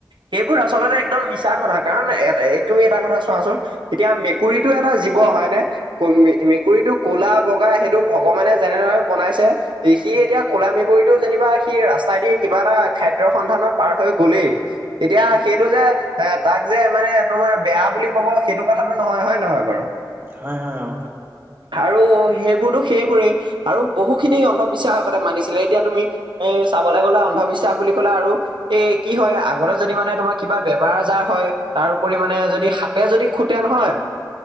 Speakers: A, on the right; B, on the right.
A: সেইবোৰ আচলতে একদম মিছা কথা কাৰণ এ এইটো তুমি এটা কথা চোৱাচোন? এতিয়া মেকুৰীটো এটা জীৱ হয়নে? কল মে - মেকুৰীটো কলা - বগা সেইটো ভগৱানে যেনেদৰে বনাইছে এ সি এতিয়া কোলা মেকুৰীটো যেনিবা সি ৰাস্তাইদি সি কিবা এটা খাদ্যৰ সন্ধানত পাৰ হৈ গ'লেই এতিয়া সেইটো যে এ তাক যে মানে তোমাৰ বেয়া বুলি কব সেইটো কথাটো নহয় হয় নে নহয় বাৰু?
B: হয় -হয় অ।
A: আৰু সেইবোৰটো, সেইবোৰেই আৰু বহুখিনি অন্ধবিশ্বাসক আগতে মানিছিলে এতিয়া তুমি এ চাবলৈ গ'লে অ অন্ধবিশ্বাস বুলি ক'লে আৰু এ কি হয়, আগতে যদি মানে তোমাৰ কিবা বেমাৰ - আজাৰ হয় তাৰওপৰি মানে যদি সাপে যদি খুটে নহয়,